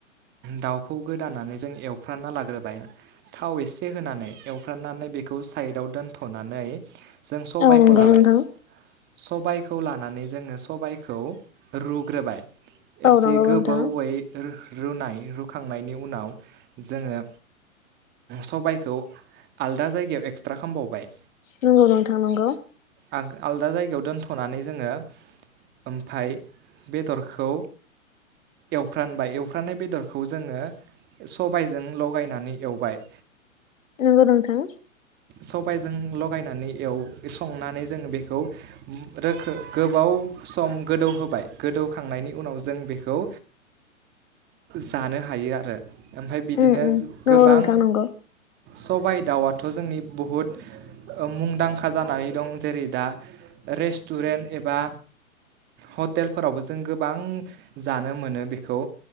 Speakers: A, on the right; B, on the left.
A: दाउखौ गोदानानै जों एवफ्रानना लाग्रोबाय थाव एसे ए होनानै एवफ्रनानै बेखौ साइदाव दोनथ'नानै जों सबायखौ
B: औ नंगौ
A: लाबाय
B: नोंथां
A: सबायखौ लानानै जोङो सबायखौ रुग्रोबाय
B: औ
A: एसे
B: नंगौ
A: गोबावै
B: नोंथां
A: र रुनाय रुखांनायनि उनाव जोङो सबाय खौ आलदा जायगायाव एक्सट्रा खामबावबाय।
B: नंगौ नोंथां नंगौ।
A: आल-आलादा जायगायाव दोनथ'नानै जोङो ओमफाय बेदरखौ एवफ्रानबाय एवफ्राननाय बेदरखौ जोङो सबायजों लगायनानै एवबाय।
B: नंगौ नोंथां।
A: सबायजों लगायनानै एव संनानै जोङो बेखौ उ रोखो गोबाव सम गोदौ होबाय गोदौखांनायनि उनाव जों बेखौ जानो हायो आरो। ओमफाय बिदिनो
B: उम उम
A: ज
B: नंगौ
A: गोबां
B: नोंथां नंगौ
A: सबाइ दाउआथ' जोंनि बहुद मुंदांखा जानानै दं। जेरै दा रेस्टुरेन्ट एबा हटेलफोरावबो जों गोबां जानो मोनो बेखौ।